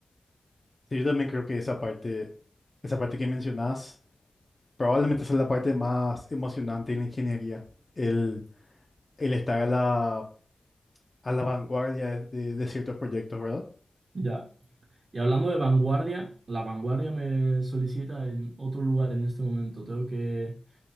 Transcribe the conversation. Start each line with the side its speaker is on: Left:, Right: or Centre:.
Left: Sí, yo también creo que esa parte, esa parte que mencionás Probablemente esa es la parte más emocionante de la ingeniería, el, el estar a la, a la vanguardia de, de- de ciertos proyectos, ¿verdad?
Right: Ya. Y hablando de vanguardia, la vanguardia me solicita en otro lugar en este momento. Tengo que